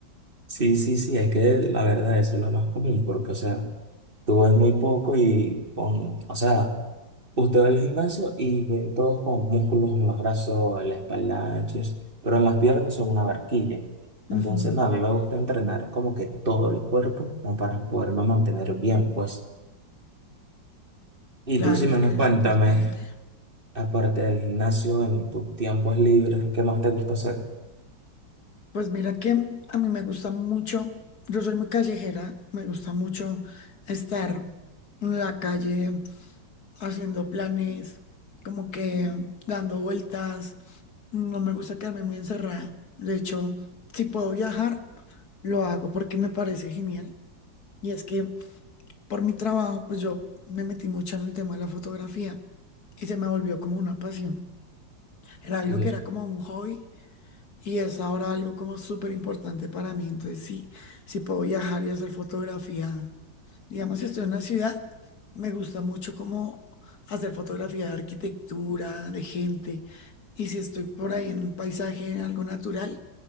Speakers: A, on the right; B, on the left.
A: Sí, sí, sí, es que la verdad eso es lo más común, porque, o sea, tú ves muy poco y con, o sea, usted va al gimnasio y ve todos con músculos en los brazos, en la espalda, anchos, pero en las piernas son una barquilla.
B: Ujú,
A: Entonces, no, a mí me gusta entrenar como que todo el cuerpo, ¿no? Para poderme mantener bien, pues. Y
B: Claro,
A: tú, Ximena,
B: es que es
A: cuéntame,
B: importante.
A: aparte del gimnasio, en tus tiempos libres, ¿qué más te gusta hacer?
B: Pues mira que a mí me gusta mucho, yo soy muy callejera, me gusta mucho estar en la calle haciendo planes, como que dando vueltas. No me gusta quedarme muy encerrada. De hecho, si puedo viajar, lo hago porque me parece genial. Y es que por mi trabajo, pues yo me metí mucho en el tema de la fotografía y se me volvió como una pasión. Era algo
A: Y yo,
B: que era como un hobby y es ahora algo como súper importante para mí. Entonces, sí, si puedo viajar y hacer fotografía, digamos, si estoy en una ciudad, me gusta mucho como hacer fotografía de arquitectura, de gente. Y si estoy por ahí en un paisaje, en algo natural,